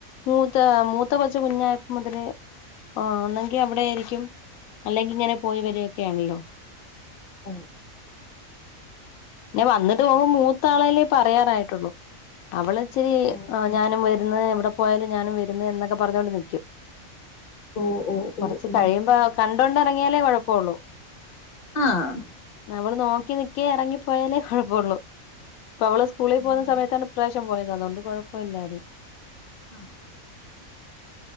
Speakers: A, on the left; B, on the left.
A: മൂത്ത മൂത്ത കൊച്ച് കുഞ്ഞായപ്പമുതലേ ഓ ഒന്നെങ്കി അവടെയായിരിക്കും. അല്ലെങ്കിയിങ്ങനെ പോയിവരൊക്കെയാണല്ലോ.
B: അ
A: പിന്നെ വന്നതും അവും മൂത്താളല്ലേ പറയാറായിട്ടൊള്ളൂ. അവളിച്ചിരി
B: ഓ
A: ഞാനും വെരു ന്ന് എവിടെ പോയാലും ഞാനും വെരുന്ന് എന്നൊക്കെ പറഞ്ഞോണ്ട് നിക്കും.
B: ഓ ഓ
A: കൊറച്ച്
B: ഓ ഓ ഓ
A: കഴിയുമ്പോ കണ്ടോണ്ടെറങ്ങിയാലേ കൊഴപ്പൊള്ളൂ.
B: ആഹ്
A: അവ്ള് നോക്കി നിക്കേ ഇറങ്ങിപ്പോയാലേ കൊഴപ്പൊള്ളൂ. ഇപ്പ അവള് സ്കൂളി
B: ഓ
A: പോകുന്ന സമയത്താണ് പ്രാശം പോയത്. അതൊണ്ട് കൊഴപ്പൂല്ലായിരുന്ന്
B: ആഹ്